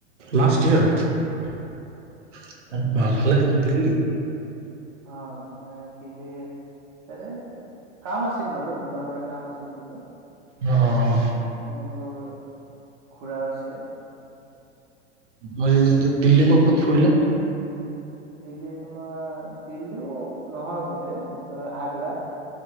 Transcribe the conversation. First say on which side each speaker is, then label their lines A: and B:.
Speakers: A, on the right; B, on the right.
A: লাষ্ট ইয়াৰ ভালে দেখি দিল্লী।
B: অ দিল্লীৰ তাতে। কাম আছিল বাৰু দোকানৰে কাম আছিল কিবা।
A: অ অ অ।
B: এইবোৰ ঘুৰা হৈছে।
A: হৈছে যদি দিল্লী ক'ত ক'ত ফুৰিলা।
B: দিল্লী তোমাৰ দিল্লীও নহয় গোটেই আগ্ৰা।